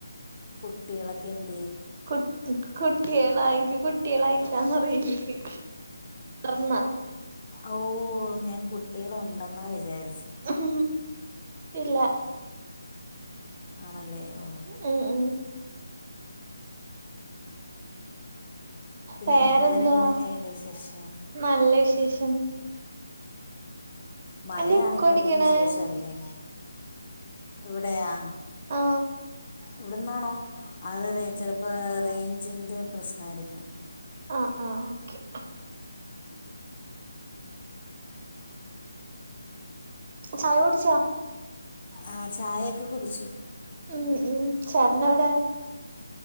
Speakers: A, on the left; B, on the right.
A: കുട്ടികളൊക്കെ എന്ത്-
B: കുട്ടിഉം കുട്ടികളായിങ്ക കുട്ടികളായിട്ടില്ലാന്നറിയില്ല മറന്നാ
A: ഓ ഞാൻ കുട്ടികള് ഉണ്ടെന്നാ വിചാരി-
B: ഉം ഇല്ല
A: ആണല്ലേ ഓ
B: ഉം ഉ
A: പിന്നെ
B: വേറെന്തുവാ
A: വേറെയെന്തൊക്കെയുണ്ടുവിശേഷം
B: നല്ല വിശേഷം
A: മഴയാണിപ്പോളത്തെ
B: എന്താ എക്കോ അടിക്കണേ
A: വിശേഷല്ലേ, ഇവിടെയാ
B: ഓ
A: ഇവിടെന്നാണോ അത് രേ ചിലപ്പോ റേഞ്ചിന്റെ പ്രശ്നായിരിക്കും
B: ആ.. ആ.. ഓക്കെ ചായകുടിച്ചോ?
A: ആ... ചായയൊക്കെ കുടിച്ചു.
B: ഉം.. ഉം.. ചേട്ടനെവിടെ